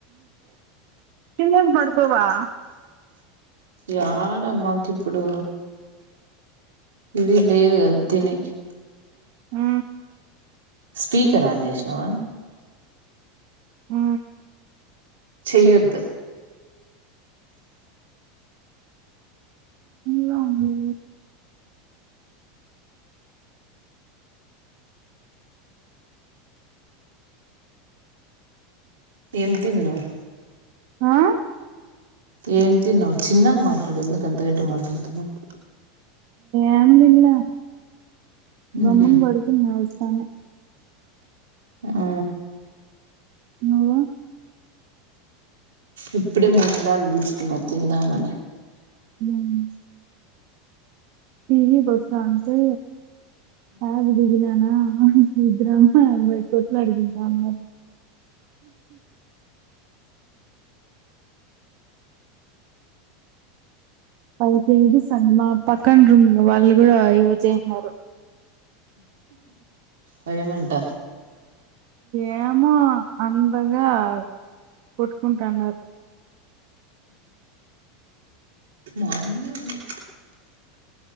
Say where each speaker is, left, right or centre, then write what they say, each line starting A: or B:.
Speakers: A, on the right; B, on the right.
A: తినేసి పడుకోవా
B: యాడ అమ్మాకి ఇప్పుడు ఇది లేదు కదా తినేకి
A: ఆ
B: స్పీకరన్ ఆన్ చేసినావా
A: ఆ
B: చెయద్దు
A: లా అండి
B: ఏం తిన్నావ్
A: ఆ
B: ఏం తిన్నావ్ చిన్నగా మాట్లాడు ఎందుకు అంతగాట్టిగా మాట్లాడుతునవ్
A: ఏం తినలే గమ్మన్
B: ఉహు
A: పడుకున్న వస్తనే
B: ఆ
A: నువ్వు.
B: ఇప్పుడే ముంగ్ధల్ తీసుకున్న తిందామని.
A: హ్మ్ పీజీ కి వస్తాంటే కాదు ననా ఇద్ద రామ్ అది మ కొట్లా అడుదంద అమ్.
B: <inaudible>
A: పై తేజ <unintelligible> పక్కన రూమ్ లో వాళ్ళు కూడా ఏవో చేసినారు
B: అవి ఏమంటా
A: ఏమో అందగా కొట్టుకుంటన్నారు.
B: మార్నింగే ఏమన